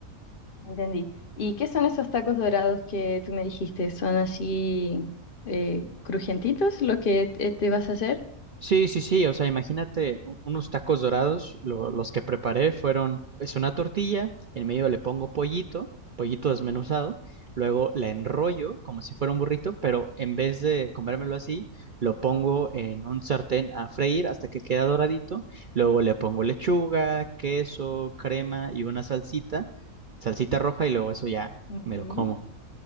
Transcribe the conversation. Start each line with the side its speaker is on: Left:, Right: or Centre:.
Left: Entendí. ¿Y qué son esos tacos dorados que tú me dijiste? ¿Son así eh, crujientitos los que te, te vas a hacer?
Right: Sí, sí, sí, o sea, imagínate u- unos tacos dorados, lo- los que preparé fueron, es una tortilla, en medio le pongo pollito, pollito desmenuzado, luego la enrollo como si fuera un burrito, pero en vez de comérmelo así, lo pongo en un sartén a freír hasta que queda doradito, luego le pongo lechuga, queso, crema y una salsita, salsita roja y luego eso ya
Left: Ujú.
Right: me lo como.